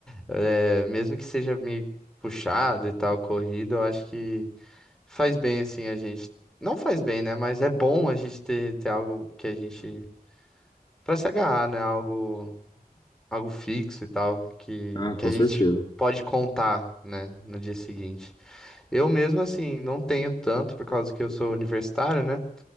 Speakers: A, in the centre; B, on the left (about 30°).
A: É, mesmo que seja meio puxado e tal, corrido, eu acho que faz bem assim a gente. Não faz bem, né? Mas é bom a gente ter, ter algo que a gente. Pra se agarrar, né? Algo, algo fixo e tal, que,
B: Ah, com
A: que a
B: certeza.
A: gente pode contar, né? No dia seguinte. Eu mesmo, assim, não tenho tanto, por causa que eu sou universitário, né?